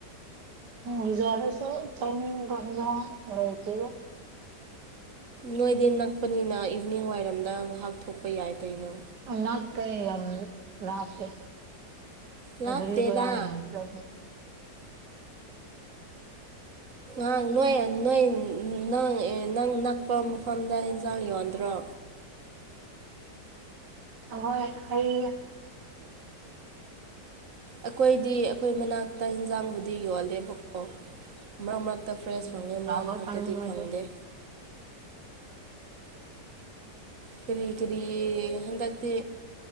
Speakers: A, on the right; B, on the right.
A: ꯎꯖꯔꯦꯁ ꯆꯃꯤ ꯄꯪꯖꯥ ꯅꯇ
B: ꯅꯣꯏꯗꯤ ꯅꯛꯄꯅꯤꯅ ꯏꯚꯅꯤꯡ ꯋꯥꯏꯔꯝꯗ ꯉꯥꯏꯍꯥꯛ ꯊꯣꯛꯄ ꯌꯥꯏ ꯀꯩꯅꯣ
A: ꯉꯇꯩ ꯌꯥꯝ ꯂꯥꯛꯄꯦ
B: ꯂꯥꯞꯇꯦꯗ
A: ꯔꯤꯕ ꯍ ꯆ
B: ꯑ
A: ꯍꯣꯏ
B: ꯅꯣꯏ ꯅꯣꯏ ꯅꯪ ꯅꯪ ꯅꯛꯄ ꯃꯐꯝꯗ ꯑꯦꯟꯁꯥꯡ ꯌꯣꯟꯗ꯭ꯔꯣ
A: ꯍꯣꯏ ꯑꯩ
B: ꯑꯩꯈꯣꯏꯗꯤ ꯑꯩꯈꯣꯏ ꯃꯅꯥꯛꯇ ꯌꯦꯟꯖꯥꯡꯕꯨꯗꯤ ꯌꯣꯜꯂꯦꯕꯀꯣ ꯃꯔꯛ ꯃꯔꯛ ꯍꯛꯇ ꯐ꯭ꯔꯦꯁ
A: ꯎꯝ
B: ꯐꯪꯉꯦ ꯃꯔꯛ
A: ꯂꯥꯛꯑꯣ
B: ꯃꯔꯛꯇꯗꯤ
A: ꯆꯥꯅꯤꯡꯉꯗꯤ
B: ꯐꯪꯗꯦ ꯀꯔꯤ ꯀꯔꯤ ꯍꯟꯗꯛꯇꯤ